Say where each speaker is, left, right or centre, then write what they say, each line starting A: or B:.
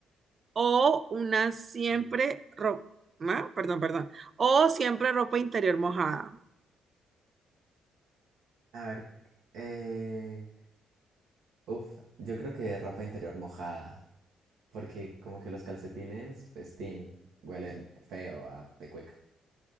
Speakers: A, on the right; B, on the right.
A: o una siempre ropa, Perdón, perdón. O siempre ropa interior mojada.
B: A ver, eh, uf, yo creo que ropa interior mojada, porque como que los calcetines, pues, tin, huelen feo a pecueca.